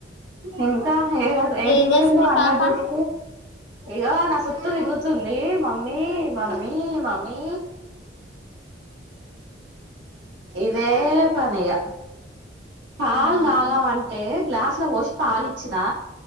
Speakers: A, on the right; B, on the left.
A: ఇంకా ఎడ ఏడిగిపోయిండు
B: ఏం చేస్తుంది
A: అన్న
B: పాప
A: డ్యూటికి ఇగో నా చుట్టూ తిరుగుతుంది మమ్మీ మమ్మీ మమ్మీ ఇదే పని ఇగా పాలు
B: ఉమ్
A: దాగమంటే గ్లాస్ స్లా పోషి పాలిచ్చినా